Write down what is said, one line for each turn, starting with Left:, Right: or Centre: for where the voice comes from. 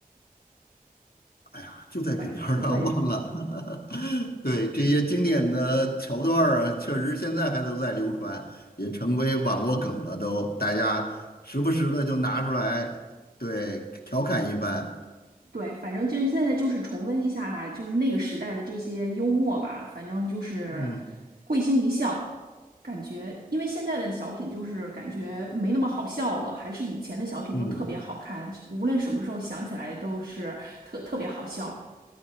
Left: 哎呀，就在嘴边儿上忘了。
Right: 反对
Left: <laughs> 对，这些经典的桥段儿啊，确实现在还都在流传，也成为网络梗了都，大家时不时的就拿出来，对，调侃一番。
Right: 对，反正就是现在就是重温一下啊，就是那个时代的这些幽默吧。反正就是
Left: 嗯
Right: 会心一笑，感觉因为现在的小品就是感觉没那么好笑了，还是以前的小品都特别好看，
Left: 嗯，
Right: 无论什么时候想起来都是特特别好笑。